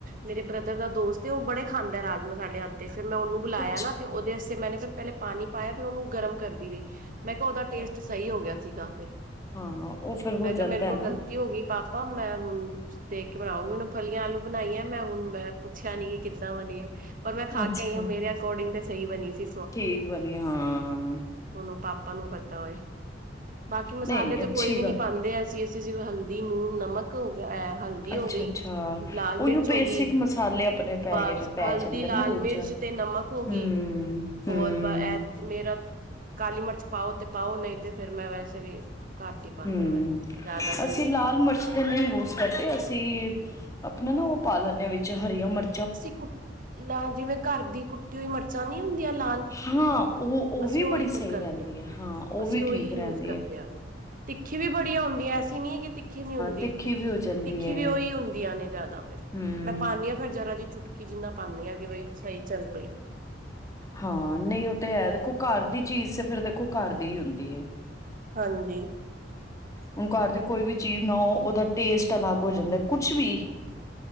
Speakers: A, on the right; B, on the left.
A: ਮੇਰੇ ਬ੍ਰਦਰ ਦਾ ਦੋਸਤ ਏ ਔ ਬੜੇ ਖਾਂਦਾ, ਰਾਜਮਾ ਸਾਡੇ ਹੱਥ ਦੇ ਫੇਰ ਮੈਂ ਉਨੂੰ ਬੁਲਾਇਆ
B: ਅੱਛਾ
A: ਨਾ, ਤੇ ਉਦੇ ਅਸੇ ਮੈਨੇ ਫੇਰ ਪੇਲੇ ਪਾਣੀ ਪਾਇਆ ਫਿਰ ਉਨੂੰ ਗਰਮ ਕਰਦੀ ਰਈ, ਮੈਂ ਕਿਆ ਉਦਾ
B: ਅੱਛਾ
A: ਸਹੀ ਹੋ ਗਿਆ ਸੀਗਾ ਫਿਰ,
B: ਹਾਂ ਉਹ ਫਿਰ
A: ਮੈਂ
B: ਹੋ ਜਾਂਦਾ
A: ਕਿਆ ਮੇਰੇ ਕੋਲ
B: ਨਾ
A: ਗ਼ਲਤੀ ਹੋ ਗਈ ਪਾਪਾ ਮੈਂ ਹੁਨ ਦੇਖ ਕੇ ਬਨਾਉਂਗੀ, ਹੁਨ ਫਲੀਆਂ ਆਲੂ ਬਨਾਈਆਂ ਮੈਂ ਹੁਨ ਮੈਂ ਪੁੱਛਿਆ ਨੀ ਕਿੱਦਾ ਬਨੀਆ ਔਰ ਮੈਂ ਖਾ
B: ਅੱਛਾ
A: ਕੇ ਆਈ ਆ, ਮੇਰੇ ਅਕੋਰਡਿੰਗ ਤੇ ਸਹੀ ਬਣੀ ਸੀ।
B: ਠੀਕ ਬਨੀ, ਹਾਂ।
A: ਹੁਨ ਪਾਪਾ ਨੂੰ ਪਤਾ ਔਏ, ਬਾਕੀ ਮਸਾਲੇ
B: ਨਹੀਂ
A: ਤੇ
B: ਅੱਛੀ
A: ਕੋਈ ਵੀ
B: ਗੱਲ
A: ਨੀ ਪਾਂਦੇ ਅਸੀਂ। ਤੇ ਜਿਵੇ ਹਲਦੀ, ਨੂਨ, ਨਮਕ, ਹੋ ਗਿਆ ਐ ਹਲਦੀ
B: ਅੱਛਾ-ਅੱਛਾ,
A: ਹੋ ਗਈ, ਲਾਲ
B: ਉਹੀਓ
A: ਮਿਰਚ ਹੋਗੀ,
B: ਬੇਸਿਕ ਮਸਾਲੇ ਆਪਣੇ ਪੈ
A: ਬਸ
B: ਗਏ ਪੈ
A: ਹਲਦੀ,
B: ਜਾਂਦੇ
A: ਲਾਲ
B: ਨਾ ਵਿੱਚ
A: ਮਿਰਚ ਤੇ ਨਮਕ ਹੋਗੀ,
B: ਹੂੰ, ਹੂੰ,
A: ਹੋਰ ਬ ਐ ਮੇਰਾ, ਕਾਲੀ ਮਿਰਚ ਪਾਓ ਤੇ ਪਾਓ, ਨਹੀਂ ਤੇ ਫੇਰ ਮੈਂ ਵੈਸੇ ਵੀ ਘੱਟ ਹੀ ਪਾਨੇ
B: ਹਮ
A: ਆ ਮੈਂ ਜ਼ਿਆਦਾ ਵੀ
B: ਅਸੀਂ
A: ਨੀ ਉਹ
B: ਲਾਲ ਮਰਚ ਕੋਨੀ ਯੂਜ ਕਰਦੇ ਅਸੀਂ, ਆਪਨਾ ਨਾ ਔ ਪਾ ਲੈਂਨੇ ਆ ਵਿੱਚ ਹਰੀਆਂ ਮਰ
A: ਅਸੀਂ ਕੁ, ਜਿਵੇਂ ਘਰ ਦੀ ਕੁੱਟੀ ਹੋਈ ਮਿਰਚਾਂ ਨੀ ਹੁੰਦੀਆਂ ਲਾਲ
B: ਹਾਂ, ਔ-ਔ
A: ਅਸੀਂ
B: ਵੀ
A: ਉਹ
B: ਬੜੀ
A: ਯੂਜ
B: ਸਈ
A: ਕਰਦੇ
B: ਰੇਂਦੀ
A: ਆ
B: ਏ ਹਾਂ, ਉਹ
A: ਅਸੀਂ
B: ਵੀ
A: ਉਹੀ
B: ਠੀਕ
A: ਯੂਜ
B: ਰੇਂਦੀ
A: ਕਰਦੇ
B: ਏ।
A: ਆ ਤਿੱਖੀ ਵੀ ਬੜੀਆਂ ਹੁੰਦੀ ਆਂ ਐਸੀ ਨਹੀਂ ਕਿ ਤਿੱਖੀ ਨੀ ਹੁੰਦੀ,
B: ਤਿੱਖੀ ਵੀ ਹੋ ਜਾਂਦੀ
A: ਤਿੱਖੀ
B: ਹੈ
A: ਵੀ ਔਈ ਹੁੰਦੀਆਂ ਨੇ ਜ਼ਿਆਦਾ ਫਿਰ।
B: ਹੂੰ
A: ਮੈਂ ਪਾਂਨੀ ਆ ਫੇ ਕਿਰ ਜਰਾ ਜੀ ਚੁਟਕੀ ਜਿੰਨਾ ਪਾਂਨੀ ਆ ਕਿ ਬਈ ਸਹੀ ਚੱਲ ਜੇ।
B: ਹਾਂ, ਨਹੀਂ ਔ ਤੇ ਹੈ ਦੇਖੋ ਘਰ ਦੀ ਚੀਜ਼ ਤੇ ਫੇਰ ਦੇਖੋ ਘਰ ਦੀ ਹੀ ਹੁੰਦੀ ਏ।
A: ਹਾਂਜੀ।
B: ਹੁਨ ਘਰ ਦੀ ਕੋਈ ਵੀ ਚੀਜ਼ ਬਨਾਓ ਉਹਦਾ ਟੇਸਟ ਅਲੱਗ ਹੋ ਜਾਂਦਾ ਕੁਛ ਵੀ। <inaudible>